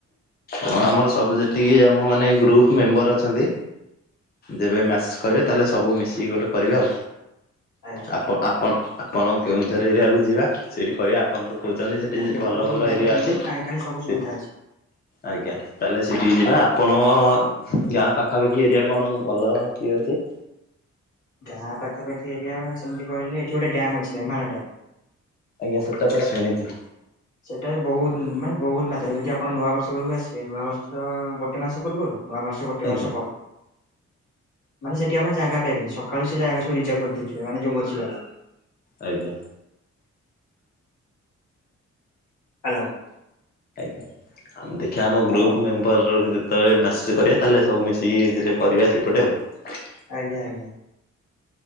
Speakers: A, on the left; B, on the left.
A: ହଁ ଆମର ସବୁ ଯେତିକି ଆମ ମାନେ ଗ୍ରୁପ ମେମ୍ବର ଅଛନ୍ତି ଯେବେ ମାସ କରିବେ ତାହେଲେ ସବୁ ମିଶିକି ଗୋଟେ କରିବା ଆଉ।
B: ଆଜ୍ଞା
A: ଆପ ଆପଣ ଆପଣ କେଉଁଝର ଏରିଆକୁ ଯିବା ସେଇଠି କରିବା। ଆପଣ ତ କହୁଚନ୍ତି ସେଠି
B: ଆଜ୍ଞା
A: ବି ଭଲ
B: ଏପଟେ ସବୁ
A: ଭଲ
B: ଡ୍ୟାମ
A: ଏରିଆ
B: ଫ୍ୟାମ
A: ଅଛି।
B: ପାଣି ଫାଣି ସବୁ
A: ଠି,
B: ସୁବିଧା ଅଛି।
A: ଆଜ୍ଞା ତାହେଲେ ସେଇଟିକ ଯିବା। ଆପଣ ଗାଁ ପାଖାପାଖି ଏରିଆ କଣ ଭଲ କିଏ ଅଛି?
B: ଗାଁ ପାଖାପାାଖି ଏରିଆ ସେମିତି କହିଲେ ଏଠି ଗୋଟେ ଡ୍ୟାମ୍ ଅଛି। ରେମ୍ହାଳ ଡ୍ୟାମ୍।
A: ହଁ ସେଟା ତ ଶୁଣିଚି।
B: ସେଟାରେ ବହୁତ ମାନେ ବହୁତ ମାତ୍ରାରେ ଯଦି ଆପଣ ନୂଆ ବର୍ଷ ବେଳକୁ ଆସିବେ। ନୂଆ ବର୍ଷ ଗୋଟେ ମାସ ପୂର୍ବରୁ ନୂଆ ମାସ ଗୋଟେ
A: ଆଜ୍ଞା
B: ମାସ ପରେ ମାନେ ସେଠି ଆପଣ ଜାଗା ପାଇବେନି। ସକାଳୁ ସେ ଜାଗା ସବୁ ରିଜର୍ଭ କରିି ଦେଇଥିବେ ମାନେ ଯୋଉ ଭୋଜି ଵାଲା।
A: ଆଜ୍ଞା।
B: ହ୍ୟାଲୋ।
A: ଅ, ଆମ ଦେଖିବା ଆମ
B: ହ୍ୟାଲୋ
A: ଗ୍ରୁପ ମେମ୍ବର ର ବି ଯ ତ ଏ ମେସେଜ୍ କରିବା ତାହେଲେ ସବୁ ମିଶିକି ଦିନେ କରିବା ସେପଟେ ଆଉ।
B: ଆଜ୍ଞା, ଆଜ୍ଞା।